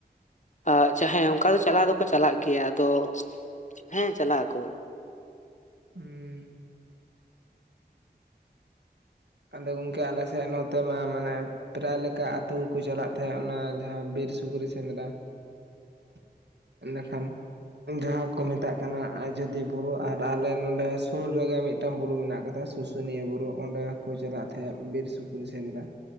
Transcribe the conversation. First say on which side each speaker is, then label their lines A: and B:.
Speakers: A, on the left (about 45°); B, on the right (about 85°).
A: ᱟ ᱪᱟ ᱦᱮᱸ, ᱚᱱᱠᱟ ᱫᱚ ᱪᱟᱞᱟ ᱫᱚᱠᱚ ᱪᱟᱞᱟᱜ ᱜᱮᱭᱟ, ᱟᱫᱚ ᱦᱮᱸ ᱪᱟᱞᱟᱜ ᱟᱠᱚ᱾
B: ᱦᱩᱸ ᱟᱫᱚ ᱜᱚᱝᱠᱮ ᱟᱞᱮ ᱥᱮᱫ, ᱱᱚᱛᱮ ᱢᱟ ᱢᱟᱱᱮ ᱯᱨᱟᱭ ᱞᱮᱠᱟ ᱟᱹᱛᱩᱜᱮᱠᱩ ᱪᱟᱞᱟᱜ ᱛᱟᱦᱮᱸᱜ, ᱚᱱᱟ ᱡᱟᱦᱟᱸ ᱵᱤᱨ ᱥᱩᱠᱨᱤ ᱥᱮᱸᱫᱽᱨᱟ ᱾ ᱮᱱᱮᱠᱷᱟᱱ ᱡᱟᱦᱟᱸ ᱠᱚ ᱢᱮᱛᱟᱜ ᱠᱟᱱᱟ ᱟᱡᱚᱫᱤᱭᱟᱹ ᱵᱩᱨᱩ, ᱟᱨ ᱟᱞᱮ ᱱᱚᱸᱰᱮ ᱥᱩᱨ ᱨᱮᱜᱮ ᱢᱤᱫ ᱴᱟᱝ ᱵᱩᱨᱩ ᱢᱮᱱᱟᱜ ᱟᱠᱟᱫᱟ, ᱥᱩᱥᱩᱱᱤᱭᱟᱹ ᱵᱩᱨᱩ ᱚᱸᱰᱮ ᱠᱚ ᱪᱟᱞᱟᱜ ᱛᱟᱦᱮᱸᱫ, ᱵᱤᱨ ᱥᱩᱠᱨᱤ ᱥᱮᱸᱫᱽᱨᱟ